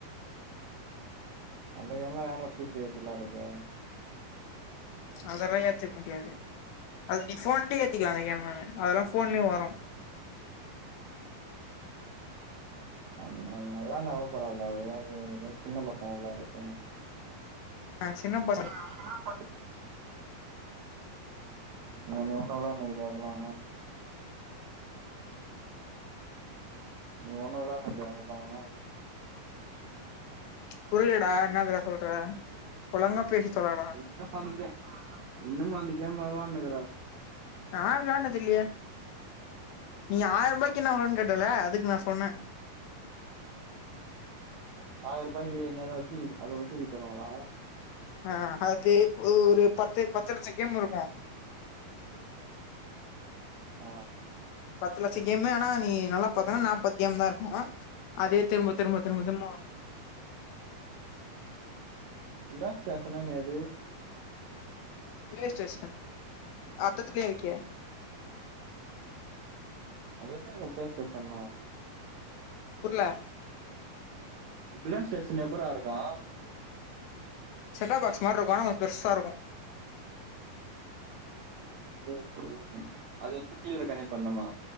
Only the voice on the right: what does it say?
அந்த கேம்லா யார்ரா பி சி ல ஏத்தி வெளாட்றது.
அது ந நல்லாந்தா கூடா பரவால்ல அதுதா ஏ அதுலா சின்ன பசங்க வெளாற கேமு.
ஆஹா படு நீ இன்னியு உன்னு விளான்னிக்கிறியா அதுல்லா நீ உன்னு விளான்னிக்கிறியா அதல்லா?
நீ இன்னுமா அந்த கே இன்னுமா அந்த கேம் வெளான்னுக்குற?
ஆயிர்பாய்க்கி என்ன எதாவது சி டி அதோட சி டி தருவாங்களா?
ஆ.
இல்ல டேஷனான் எது
அது‌‌ என்ன இருக்கு ப்ளே ஸ்டேஷன்னா?
ப்ளே ஸ்டேஷன் எப்பர்றா இருக்கு?
ஓஹோ அது எத்துட்டு இத கனெ பண்ணுமா?